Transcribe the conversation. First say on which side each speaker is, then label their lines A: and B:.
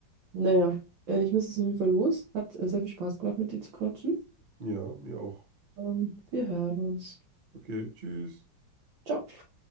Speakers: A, on the right; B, on the right.
A: Naja, äh, ich muss jetzt auf jeden Fall los. Hat äh, sehr viel Spaß gemacht, mit dir zu quatschen.
B: Ja, mir auch.
A: Ähm, wir hören uns.
B: Okay, tschüss.
A: Ciao.